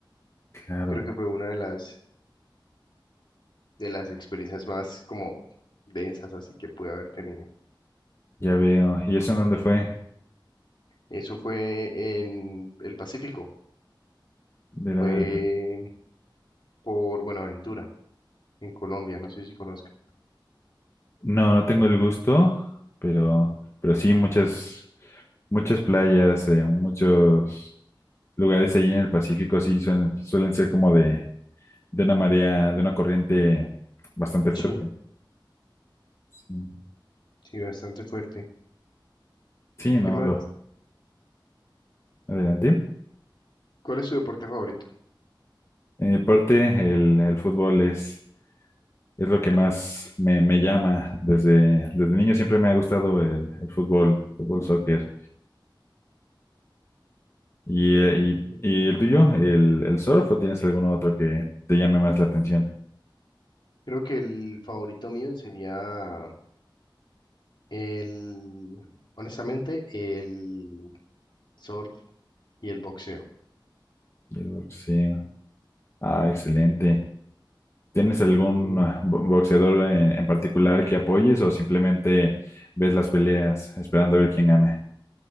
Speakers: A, on the left (about 35°); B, on the left (about 65°).
A: claro,
B: Creo que fue una de las, de las experiencias más como densas así que pude haber tenido.
A: ya veo. ¿Y eso en dónde fue?
B: Eso fue en el Pacífico,
A: De la
B: fue
A: del... pe-
B: por Buenaventura, en Colombia, no sé si conozca.
A: No, no tengo el gusto, pero, pero sí muchas, muchas playas, eh, muchos lugares allí en el Pacífico sí suelen, suelen ser como de, de una marea, de una corriente bastante fuerte.
B: Sí,
A: Sí,
B: sí, bastante fuerte.
A: Sí, no,
B: ¿Qué más?
A: lo adelante.
B: ¿Cuál es su deporte favorito?
A: En mi parte, el, el fútbol es es lo que más me, me llama. Desde, desde niño siempre me ha gustado el, el fútbol, fútbol, soccer. ¿Y, eh, y-
B: Ujú.
A: y el tuyo, el, el surf o tienes algún otro que te llame más la atención?
B: Creo que el favorito mío sería el, honestamente, el surf y el boxeo.
A: Y el boxeo. Ah, excelente. ¿Tienes algún
B: Mm.
A: ah, bo- boxeador en, en particular que apoyes o simplemente ves las peleas esperando a ver quién gana?